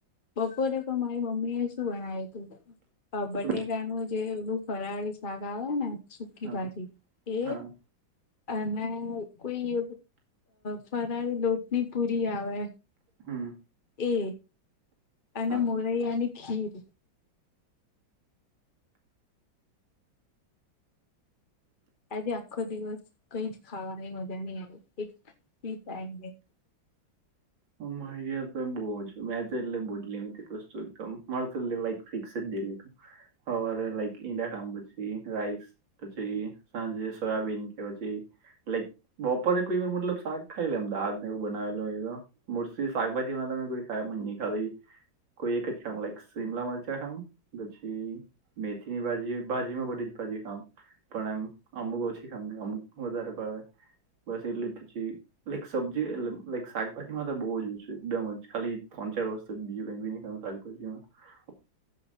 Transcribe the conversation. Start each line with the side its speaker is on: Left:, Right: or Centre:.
Left: બપોરે પણ મારી મમ્મી એ શું બણાવ્યું હતું બટેકાનું
Right: શું
Left: જ જે ઓલું ફરાળી શાક આવે ને સુકી
Right: હા
Left: ભાજી એ
Right: હા
Left: અને કોઈ ફરળી લોટની પૂરી આવે
Right: હમ
Left: એ અને
Right: હા
Left: મોરયા ની ખીર આજે આખો દિવસ કઈ જ ખાવાની મજા નઈ આવી એક પીસ <unintelligible>
Right: હ મારી તો બહુ મેં તો એટલે બોલી વસ્તુ એકદમ મારે તોક ફિક્સે જ હવારે લાઈક ઈડા ખામ પછી રાઈસ પછી સાંજે સોયાબીન કે પછી લાઈક બપોરે કોઈ વાર મતલબ શાક ખાઈ લેમ દાળ ને એવું બનાવેલો હોય તો મુરસી શાકભાજી માં તમે કોઈ ખામ જ ની ખાધ. કોઈ એક જ ખામ લાઈક શીમલા મરચા ખામ પછી મેથીની ભાજીમાં બધી પછી ખામ પણ એમ અમુક ઓછી ખામ નહી અમુક વધારે ભાવે. બસ એટલે જ પછી લાઈક સબ્જી એટલ લઈક શાકભાજીમાં તો બહુ જ ઓછું એકદમ જ ખાલી ત્રન ચા વસ્તુ બીજું કઈ બી ની ખામ શાકભાજીમાં.